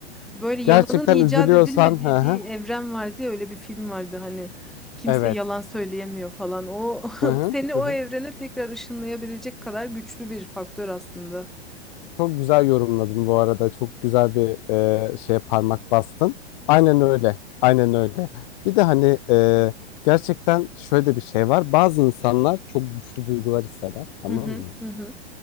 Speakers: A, in the centre; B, on the left.
A: Böyle yalanın
B: Gerçekten
A: icat
B: üzülüyorsan
A: edilmediği
B: hı hı,
A: bir evren vardı ya, öyle bir film vardı hani kimse
B: evet.
A: yalan söyleyemiyor falan. O
B: Hı
A: <laughs>
B: hı,
A: seni o
B: hı hı.
A: evrene tekrar ışınlayabilecek kadar güçlü bir faktör aslında.
B: Çok güzel yorumladın bu arada. Çok güzel bir e, şeye parmak bastın. Aynen öyle. Aynen öyle. Bir de hani e, gerçekten şöyle bir şey var. Bazı insanlar çok güçlü duygular hisseder, tamam
A: Hı hı,
B: mı?
A: hı hı.